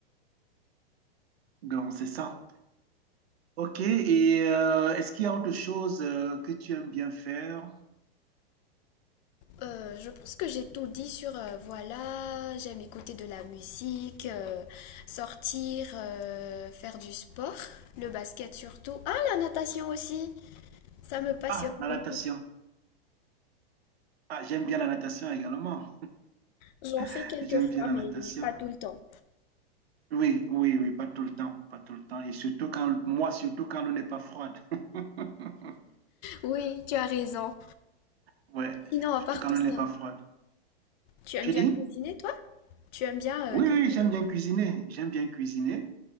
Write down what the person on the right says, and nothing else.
Donc, c'est ça. Ok, et euh, est-ce qu'il y a autre chose euh, que tu aimes bien faire?
Ah, la
natation. Ah, j'aime bien la natation également.
<laughs>
J'aime
bien la
natation.
Oui, oui, oui, pas tout le temps, pas tout le temps. Et surtout quand, moi, surtout quand l'eau n'est pas froide. <laughs>
Ouais,
surtout
quand
l'eau
n'est pas froide.
Tu
dis?
Oui,
oui, j'aime bien cuisiner. J'aime bien cuisiner.